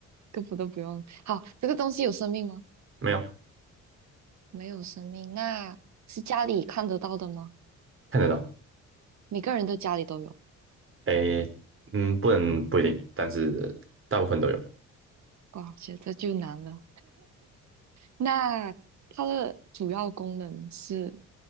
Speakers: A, on the right; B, on the right.
A: 根本都不用。好，这个东西有生命吗？
B: 没有，
A: 没有生命，那是家里看得到的吗？
B: 看得到。
A: 每个人的家里都有。
B: 诶，嗯，不能不一定，但是大部分都有。
A: 哇，觉得这就难了。那它的主要功能是，